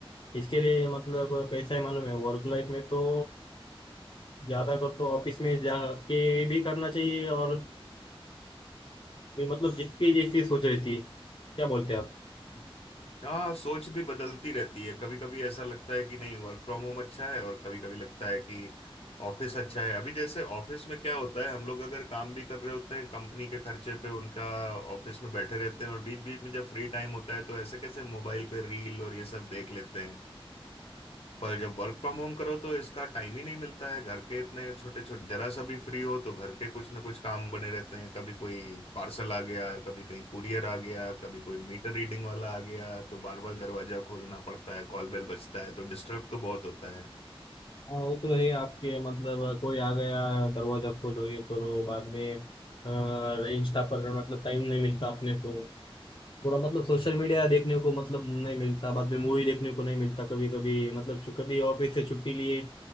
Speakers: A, on the left (about 55°); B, on the left (about 80°).
A: इसके लिए मतलब कैसा है मालूम है वर्क लाइफ में तो ज्यादा कर तो ऑफिस में जाके भी करना चाहिए और भी मतलब जिसकी जैसी सोच रहती क्या बोलते हैं आप
B: <laughs> हाँ सोच भी बदलती रहती है कभी कभी ऐसा लगता है कि नहीं वर्क फ्रॉम होम अच्छा है और कभी कभी लगता है कि ऑफिस अच्छा है अभी जैसे ऑफिस में क्या होता है हम लोग अगर काम भी कर रहे होते हैं कंपनी के खर्चे पे उनका ऑफिस में बैठे रहते हैं और बीच बीच में जब फ्री टाइम होता है तो ऐसे कैसे मोबाइल पे रील और ये सब देख लेते हैं पर जब वर्क फ्रॉम होम करो तो इसका टाइम ही नहीं मिलता है घर के इतने छोटे छोटे जरा सा भी फ्री हो तो घर के कुछ ना कुछ काम बने रहते हैं कभी कोई पार्सल आ गया कभी कहीं कुरियर आ गया कभी कोई मीटर रीडिंग वाला आ गया तो बार बार दरवाजा खोलना पड़ता है कॉल बेल बजता है तो डिस्टर्ब तो बहुत होता है
A: हाँ वो तो है आपके मतलब कोई आ गया दरवाजा खोलो ये करो बाद में अ, इंस्टा पर मतलब टाइम नहीं मिलता अपने को पूरा मतलब सोशल
B: हम्म,
A: मीडिया देखने को मतलब नहीं मिलता बाद में मूवी देखने को नहीं मिलता कभी कभी मतलब छु- कभी ऑफिस से छुट्टी लिए